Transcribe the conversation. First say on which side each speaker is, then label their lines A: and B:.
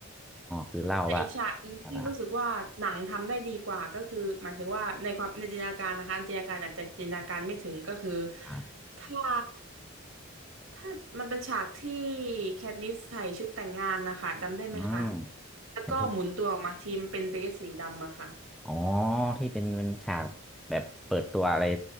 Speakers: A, in the centre; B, on the right (about 75°).
A: คือเล่าว่า
B: แต่อีกฉากหนึ่งที่รู้สึกว่าหนังทำได้ดีกว่าก็คือหมายถึงว่าในความในจินตนาการนะคะจินตนาการอาจจะจินตนาการไม่ถึงก็คือ
A: อะไรครับ
B: ถ้าถ้ามันเป็นฉากที่แคทนิสใส่ชุดแต่งงานนะคะจำได้ไหมคะ
A: อืม
B: แล้วก็หมุนตัวออกมาทีมเป็นเดรสสีดำอะค่ะ
A: ในชุดอ๋อ ที่เป็นเป็นฉากแบบเปิดตัวอะไร